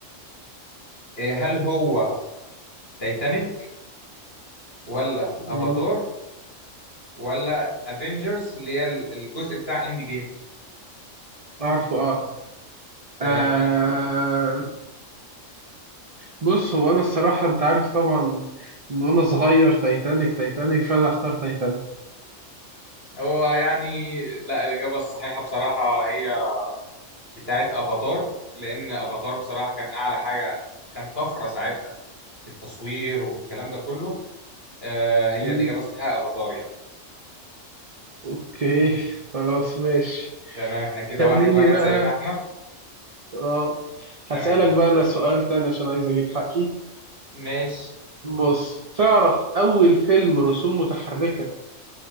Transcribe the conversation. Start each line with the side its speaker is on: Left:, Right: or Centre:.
Left: إيه هل هو تايتانيك ولا
Right: مم،
Left: افاتار ولا افنجرز اللي هي ال- الجزء بتاع اند جيم
Right: اعرفه اه
Left: تمام
Right: آه
Left: انا
Right: بص هو انا الصراحه انت عارف طبعا من وانا صغير تايتانيك تايتانيك فانا هختار تايتانيك
Left: هو يعني لا الاجابه الصحيحه بصراحه هي بتاعت افاتار لان افاتار بصراحه كان اعلى حاجه كان طفره ساعتها في التصوير وفي الكلام ده كله آه هي
Right: مم.
Left: الاجابه الصحيحه افاتار يعني
Right: اوكي خلاص ماشي
Left: تمام احنا كده
Right: خليني
Left: واحد واحد
Right: بقى
Left: زي ما احنا
Right: اه
Left: تمام
Right: هسألك بقى انا سؤال تاني عشان عايز اجيب حقي
Left: ماشي
Right: بص تعرف اول فيلم رسوم متحركة